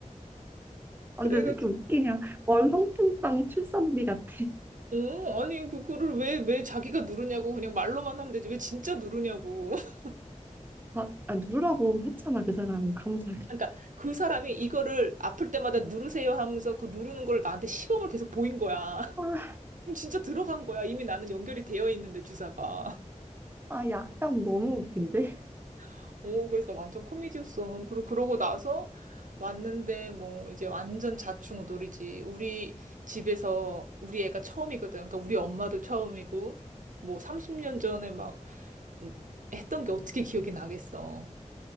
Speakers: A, on the right; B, on the right.
A: 아,
B: 그래가지고.
A: 근데 왜 이렇게 웃기냐? 월성통당 출산비 같아.
B: 어, 아니, 그, 그거를 왜, 왜 자기가 누르냐고, 그냥 말로만 하면 되지. 왜 진짜 누르냐고. <laughs>
A: 아, 아, 누르라고 했잖아, 그 사람이. 감사하게.
B: 그러니까 그 사람이 이거를 아플 때마다 누르세요 하면서 그 누르는 걸 나한테 시범을 계속 보인 거야.
A: 아,
B: <laughs> 그럼 진짜 들어간 거야. 이미 나는 연결이 되어 있는데, 주사가.
A: 아, 약간 너무 웃긴데?
B: <laughs> 어, 그래서 완전 코미디였어. 그리고 그러고 나서 왔는데, 뭐, 이제 완전 자충우돌이지. 우리 집에서 우리 애가 처음이거든. 그러니까 우리 엄마도 처음이고, 뭐, 30년 전에 막, 음, 했던 게 어떻게 기억이 나겠어.